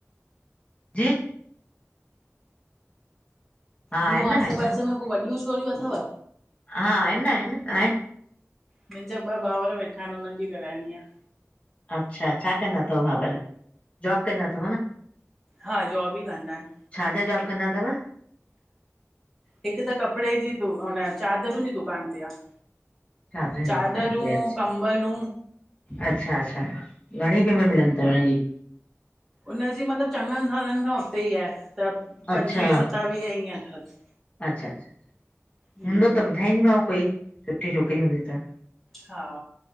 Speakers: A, on the left; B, in the centre.
A: जी हा
B: ॿियूं
A: आहिनि न
B: आसे
A: आहिनि
B: पासे
A: न
B: में को वॾियूं छोरियूं अथव
A: हा आसिन न आहिन आहिन
B: मुंहिंजा ॿ भाउर वेठा आहिन हुनन्हनि जी कराइणी आहे
A: अच्छा छा कंदा अथव भाउर जॉब कंदा अथव न
B: हा जॉब ई कंदा आहिन
A: छाजो जॉब कंदा अथव
B: हिकु त कपिड़े जी द हुन चादरुनि जी दुकान ते आहे
A: छाजनि जी
B: चादरूं
A: दुकान ते अच्छा
B: कबलूं
A: अच्छा अच्छा घणी पेमेंट मिलंद अथव हुनजी <unintelligible>
B: उन जी मतलबु चङनि सालनि खां उते ई आहे त
A: अच्छा
B: पंजवीह सतावीह ईअं अथसि
A: अच्छा अच्छा
B: हम्म
A: हूंदो त ॿुधाईंदीमांव कोई सुठी छोकिरी हूंदी त
B: हा